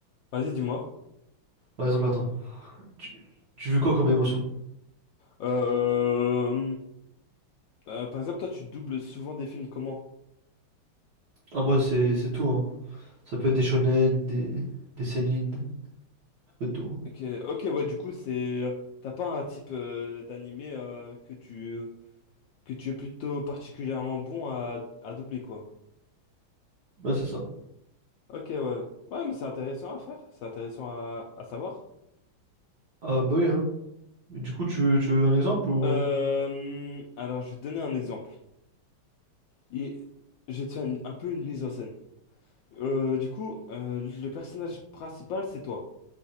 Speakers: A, on the left; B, on the right.
A: Vas-y, dis-moi.
B: Par exemple, attends, tu, tu veux quoi comme émotion?
A: Euh, euh, par exemple, toi, tu doubles souvent des films comment?
B: Ah, moi, c'est c'est tout, hein. Ça peut être des shonen, des, des seinen, un peu de tout. hein.
A: Ok, ok, ouais, du coup, c'est, t'as pas un type euh, d'animé euh, que tu que tu es plutôt particulièrement bon à, à doubler, quoi.
B: Bah, c'est ça.
A: Ok, ouais, ouais, mais c'est intéressant à faire, c'est intéressant à, à savoir.
B: Ah, bah oui, hein. Mais du coup, tu veux, tu veux un exemple ou.
A: Euh, alors, je vais te donner un exemple. Il- je vais te faire une- un peu une mise en scène. Euh, du coup, euh, le personnage principal, c'est toi.